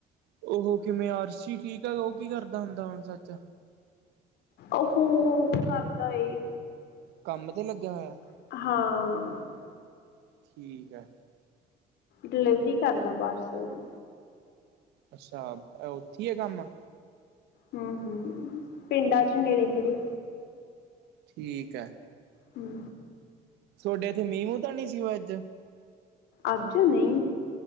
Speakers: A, on the right (about 80°); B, on the left (about 80°).
A: ਉਹ ਕਿਵੇਂ ਆਰਸ਼ੀ ਠੀਕ ਐ ਉਹ ਕੀ ਕਰਦਾ ਹੁੰਦਾ ਹੁਣ ਸੱਚ।
B: ਉਹ ਫੁਨ ਕਰਦਾ ਏ।
A: ਕੰਮ ਤੇ ਲੱਗਿਆ ਹੋਇਆ।
B: ਹਾਂ।
A: ਠੀਕ ਆ।
B: ਡਿਲੀਵਰੀ ਕਰਦਾ ਪਾਰਸਲ ਦੀ।
A: ਅੱਛਾ ਉੱਥੀ ਐ ਕੰਮ।
B: ਹੂੰ-ਹੂੰ, ਪਿੰਡਾਂ ਚ ਨੇੜੇ-ਨੇੜੇ।
A: ਠੀਕ ਐ।
B: ਹੂੰ,
A: ਸੋਡੇ ਇੱਥੇ ਮੀਹ ਮੁਹ ਤਾਂ ਨੀ ਸੀ ਔਏ ਅੱਜ?
B: ਅੱਜ ਨਈ,